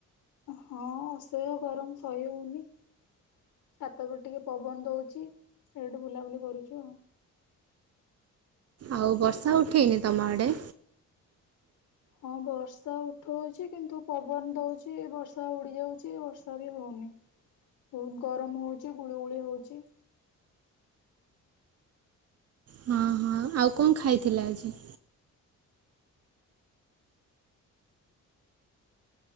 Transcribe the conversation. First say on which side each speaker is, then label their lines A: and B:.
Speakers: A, on the left; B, on the right.
A: ହଁ, ଅସହ୍ୟ ଗରମ ସହି ହଉନି। ଛାତ ଉପରେ ଟିକେ ପବନ ଦଉଚି, ସେଇଠୁ ବୁଲାବୁଲି କରୁଚୁ ଆଉ।
B: ଆଉ ବର୍ଷା ଉଠେଇନି ତମ ଆଡେ?
A: ହଁ ବର୍ଷା ଉଠଉଚି କିନ୍ତୁ ପବନ ଦଉଚି ବର୍ଷା ଉଡି ଯାଉଚି, ବର୍ଷା ବି ହଉନି। ବହୁତ ଗରମ ହଉଚି ଗୁଳୁ ଗୁଳି ହଉଚି।
B: ହଁ ହଁ। ଆଉ କଣ ଖାଇଥିଲେ ଆଜି?